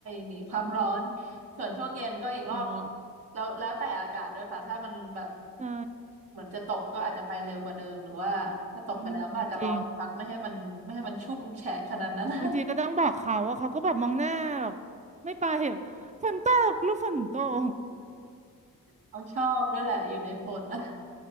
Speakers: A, on the right; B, on the right.
A: หนีความร้อนส่วนช่วงเย็นก็อีกรอบ
B: ของเรา
A: แล้วแล้วแต่อากาศด้วยค่ะถ้ามันแบบ
B: ใช่
A: เหมือนจะตกก็อาจจะไปเร็วกว่าเดิมหรือว่าถ้าตกไปแล้วก็อาจจะรอสักพักไม่ให้มันไม่ให้มันชุ่มแฉะขนาดนั้น
B: อืมจริง
A: <laughs>
B: บางทีก็ต้องบอกเขาว่าเขาก็แบบมองหน้าแบบไม่ไปเหรอฝนตกหรือฝนตก
A: เขาชอบด้วยแหละอยู่ในฝนนะ